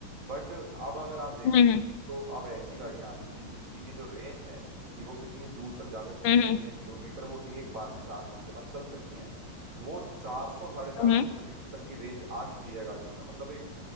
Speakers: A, on the right; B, on the left.
A: बट अब अगर आप देखेंगी
B: हम्म हम्म
A: तो अब ऐसी गाड़ियां आ गई हैं जिनकी की जो रेंज है कि वो कितनी दूर तक जा सकती
B: हम्म
A: हैं कितने किलोमीटर वो एक बार में चार्ज होने के बाद चल सकती हैं वो 400 साढ़े चार
B: हम्म
A: सौ किलोमीटर तक की रेंज आ चुकी है गाड़ियों में मतलब एक